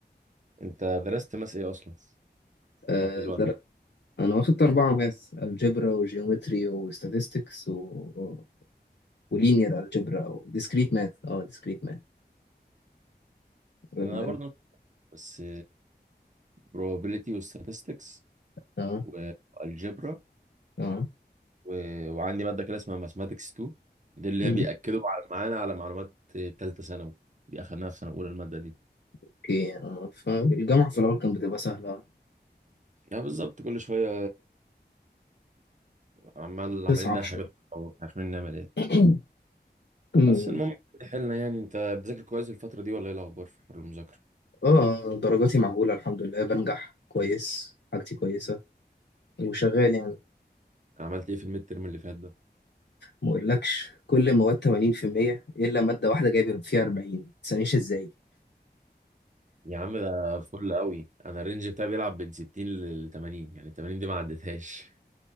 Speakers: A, on the right; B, on the left.
A: انت درست ماس ايه اصلا
B: أه
A: لحد دلوقتي
B: در... أنا واخدت أربعة ماث الجبرا وجيومتري وستاتستكس و... ولينير الجبرا أو ديسكريت ماث أه ديسكريت ماث ال...
A: انا برضو نفس- بس probability و statistics
B: أه
A: والجبرا
B: أه
A: و... وعندي مادة كده اسمها mathematics 2 دي اللي
B: مم.
A: هي بيأكدوا على معانا على معلومات تالتة ثانوي دي اخدناها في سنة اولى المادة دي
B: أوكي أه فالجامعة في الأول كانت بتبقى سهلة
A: يعني بالظبط كل شوية عمال
B: تصعب
A: عمالين نلاقي
B: شوية
A: حاجات او عارفين نعمل ايه
B: <clears throat> مم.
A: بس المهم حلنا يعني انت بتذاكر كويس الفترة دي ولا ايه الاخبار في حوار المذاكرة
B: اه درجاتي معقولة الحمد لله بنجح كويس حاجتي كويسة وشغال يعني
A: عملت ايه في الميد ترم اللي فات ده
B: ما اقولكش كل المواد 80% الا ماده واحده جايب فيها 40 ما تسألنيش ازاي
A: يا عم ده فل قوي انا الرينج بتاعي بيلعب بين 60 ل 80 يعني 80 دي ما عدتهاش